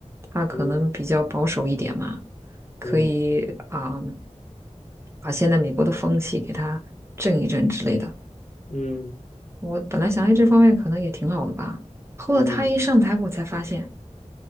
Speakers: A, on the right; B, on the left.
A: 他可能比较保守一点嘛，
B: 嗯
A: 可以啊，
B: 嗯
A: 把现在美国的风气给他正一正之类的。
B: 嗯
A: 我本来想，哎，这方面可能也挺好的吧。后来他一上台，
B: 嗯，
A: 我才发现